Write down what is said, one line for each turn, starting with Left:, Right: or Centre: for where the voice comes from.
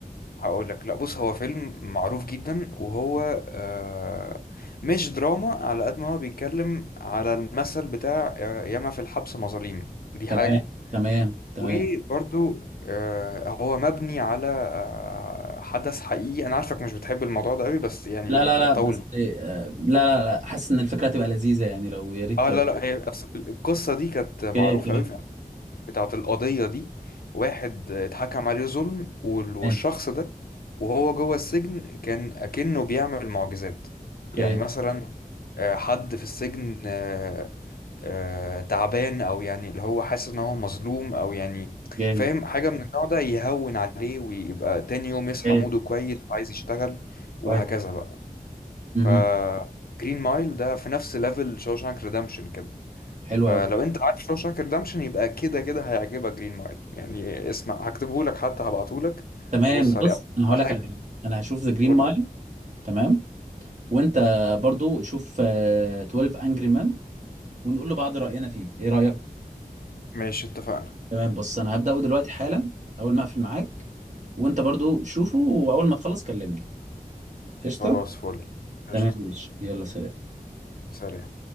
Left: هقول لك لا بص هو فيلم معروف جدا وهو آه، مش دراما على قد ما هو بيتكلم على المثل بتاع آه، ياما في الحبس مظاليم دي
Right: تمام
Left: حاجة
Right: تمام تمام
Left: وبرضو آه، هو مبني على آه، حدث حقيقي انا عارفك مش بتحب الموضوع ده قوي بس يعني
Right: لا لا لا
Left: طول
Right: بس آه، لا لا لا حاسس ان الفكره هتبقى لذيذه يعني لو يا ريت
Left: اه
Right: لو
Left: لا لا هي أصل القصه دي كانت معروفه
Right: اوكي تمام
Left: قوي بتاعت القضية دي واحد اتحكم عليه ظلم وال- والشخص
Right: تمام
Left: ده وهو جوه السجن كان أكنه بيعمل معجزات
Right: اوكي
Left: يعني مثلا آه، حد في السجن آه، آه، تعبان أو يعني اللي هو حاسس إن هو مظلوم أو يعني
Right: جامد
Left: فاهم حاجة من النوع ده يهون عليه ويبقى تاني يوم يصحى
Right: اوكي
Left: موده كويس وعايز يشتغل وهكذا
Right: كويس
Left: بقى
Right: مهم.
Left: ف جرين مايل ده في نفس ليفل شوشانك ريدمشن كده
Right: حلو
Left: فلو
Right: قوي
Left: انت عارف شوشانك ريدمشن يبقى كده كده هيعجبك جرين مايل يعني اسمع هكتبهولك حتى هبعتهولك
Right: تمام
Left: تبص عليه
Right: بص
Left: اول
Right: انا هقول لك
Left: حاجة
Right: على حاجه انا هشوف ذا جرين
Left: قول
Right: مايل
Left: لي.
Right: تمام وانت برضو شوف آه، 12 انجري مان ونقول لبعض راينا فيه ايه رايك
Left: ماشي اتفقنا
Right: تمام بص انا هبداه دلوقتي حالا اول ما اقفل معاك وانت برضو شوفه واول ما تخلص كلمني قشطه
Left: خلاص فل قشطة
Right: تمام يا باشا يلا سلام
Left: سلام